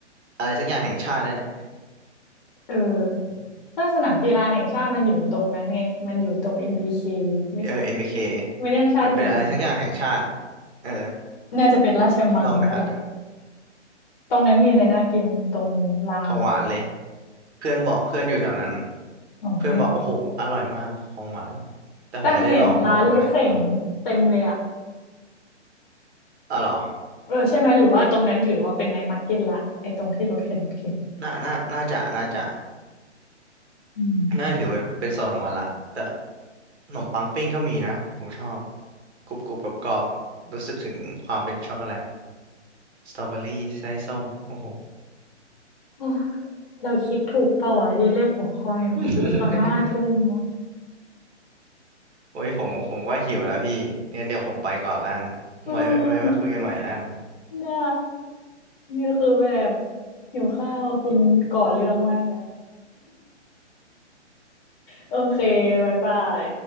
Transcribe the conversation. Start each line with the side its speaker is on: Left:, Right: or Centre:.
Right: อะไรสักอย่างแห่งชาตินี่นแหละ
Left: เออถ้าสนามกีฬาแห่งชาติมันอยู่ตรงนั้นไง มันอยู่ตรง MBK ไม่ใช่
Right: เออเอ็มบีเค
Left: ไม่ได้ให้ชาติตรงนั้น
Right: มันเป็นอะไรสักอย่างแห่งชาติเออ
Left: น่าจะเป็นราชมังแล้วล่ะ
Right: พี่ลองไปหาดู
Left: ตรงนั้นมีอะไรน่ากินตรงรามอ่ะ
Right: ของหวานเลย เพื่อนบอกเพื่อนอยู่แถวนั้น
Left: อ๋อเพื่อน
Right: เพื่อนบอกโอ้โหอร่อยมากของหวานแต่ผมไม่ได้ลองเพราะว่าผมไม่ชอบ
Left: แต่เห็นร้านรถเข็นเต็มเลยอ่ะ
Right: อ๋อเหรอ
Left: เออใช่ไหมหรือว่าตรงนั้นถือว่าเป็นไนท์มาร์เก็ตละไอ้ตรงที่รถเข็นรถเข็น
Right: น่าน่าน่าจะน่าจะ
Left: อืม
Right: น่าถือเป็นเป็นส่วนของมันละแต่ขนมปังปิ้งก็มีนะผมชอบกรุบกรุบกรอบกรอบๆรู้สึกถึงความเป็นช็อกโกแลตสตรอเบอรี่ไส้ส้มโอ้โห
Left: โอ้เราคิดถูกเปล่าวะที่เลือกหัวข้อนี้มาพูดตอนหน้าทุ่มอะ
Right: <laughs> โอ้ยผมผมก็หิวแล้วพี่งั้นเดี๋ยวผมไปก่อนละกันไว้ไว้มาคุยกันใหม่ละกัน
Left: เออได้นี่คือแบบหิวข้าวคุณก่อเรื่องมากนะ โอเคบ๊ายบาย